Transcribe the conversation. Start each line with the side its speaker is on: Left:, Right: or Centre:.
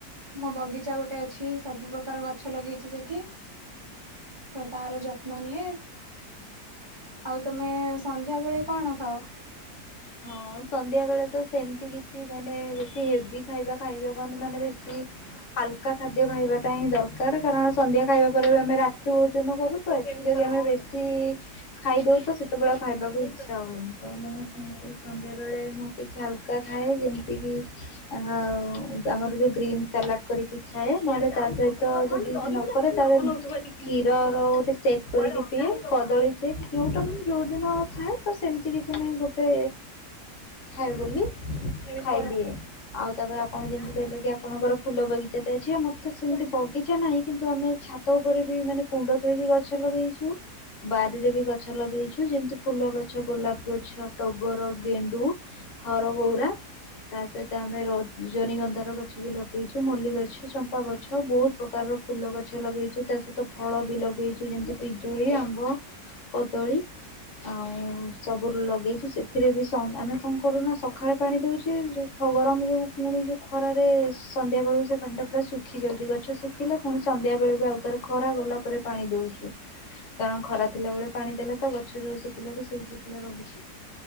Right: ମୋ ବଗିଚା ଗୋଟେ ଅଛି ସବୁ ପ୍ର୍ରକାର ଗଛ ଲଗେଇଛି ସେଠି। ଆଉ ତାର ଯତ୍ନ ନିଏ। ଆଉ ତମେ ସନ୍ଧ୍ୟାବେଳେ କଣ ଖାଅ?
Left: ହଁ ସନ୍ଧ୍ୟା ବେଳେ ତ ସେମିତି କିଛି ମାନେ ବେଶୀ ହେଭି ଖାଇବା ଖାଇ ହବନି ମାନେ ବେଶୀ ହାଲକା ଖାଦ୍ୟ ଖାଇବାଟା ହିଁ ଦରକାର କାରଣ ସନ୍ଧ୍ୟା ଖାଇବା ପରେ ବି ଆମେ ରାତିି ଭୋଜନ କରୁ। ଏଥି ଯଦି ଆମେ ବେଶୀ ଖାଇଦଉଛ ତ ସେତେବେଳେ ଆଉ ଖାଇବାକୁ ଇଚ୍ଛା ହୁଏନି। ତ ମୁ ସେମତି ସନ୍ଧ୍ୟାବେଳେ ମୁଁ କିଛି ହାଲକା ଖାଏ ଯେମିତିକି ଆଉ ଆମର ଯୋଉ ଗ୍ରୀନ୍ ସାଲାଡ କରିକି ଖାଏ ନହେଲେ ତା ସହିତ ଯଦି ନ ଘରେ ତାପରେ କ୍ଷୀରର ଗୋଟେ ସେକ୍ କରିକି ପିଏ କଦଳୀ ସେକ୍ ଯୋଉଟା ମାନେ ଯୋଉ ଦିନ ଥାଏ। ତ ସେମତି କିଛି ନାଇଁ ଗୋଟେ ଖାଏ ବୋଲି ଖାଇଦିଏ। ଆଉ ତାପରେ ଆପଣ ଯେମିତି କହିଲେ କି ଆପଣଙ୍କର ଫୁଲ ବଗିଚାଟେ ଅଛି ଆମର ତ ସେମିତି ବଗିଚା ନାହିଁ କିନ୍ତୁ ଆମେ ଛା ଛାତ ଉପରେ ବି ମାନେ କୁଣ୍ଡ ଥୋଇକି ଗଛ ଲଗେଇଛୁ। ବାରିରେ ବି ଗଛ ଲଗେଇଛୁ ଯେମିତି ଫୁଲ ଗଛ ଗୋଲାପ ଗଛ ଟଗର ଗେଣ୍ଡୁ ହରଗଉରା। ତା ସହିତ ଆମେ ରଜନିଗନ୍ଧାର ଗଛ ବି ଲଗେଇଛୁ ମଲ୍ଲି ଗଛ, ଚମ୍ପା ଗଛ ବହୁତ ପ୍ରକାର କାରର ଫୁଲ ଗଛ ଲଗେଇଛୁ ତା ସହିତ ଫଳ ବି ଲଗେଇଛୁ ଯେମିତି ପିଜୁଳି, ଆମ୍ବ କଦଳୀ ଆଉ ସବୁ ଲଗେଇଛୁ ସେଥି ସେଥିରେ ବି ସ ଆମେ କଣ କରୁନା ସକାଳେ ପାଣି ଦେଉଛେ ଯୋଉ ଖ ଗରମ ଯୋଗୁଁ ପୁଣି ଯୋଉ ଖରାରେ ସନ୍ଧ୍ୟା ବେଳକୁ ସେ ପାଣିଟା ପୁରା ଶୁଖି ଯାଉଛି ଗଛ ଶୁଖିଲା ପୁଣି ସନ୍ଧ୍ୟା ବେଳେ ବି ଆଉଥରେ ଖରା ଗଲା ପରେ ପାଣି ଦଉଛୁ କାରଣ ଖରା ଥିଲା ବେଳେ ପାଣି ଦେଲେ ତ ଗଛ ଯୋଉ ଶୁଖିଲା କୁ ସେଇ ଶୁଖିଲା ରହୁଛି।